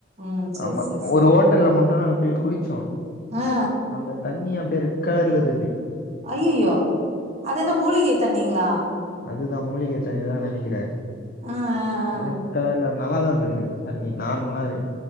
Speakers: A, on the right; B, on the left.
A: ம் செரி
B: ஆமா
A: செரி செரி
B: ஒரு ஹோட்டல்ல மட்டும் நாங்க போய் குளிச்சோம்
A: ஆ
B: அந்த தண் ணி அப்டே ரெட் கலர்ல இருக்குது
A: அய்யயோ அது என்ன மூலிக தண்ணீங்களா
B: அதுதான் மூலிகை தண்ணி தான் நெனக்கிறேன்
A: ஆ ஆ
B: ரெட் கலர்ல நல்லாதான் இருந்தது தண்ணி நார்மலா இரு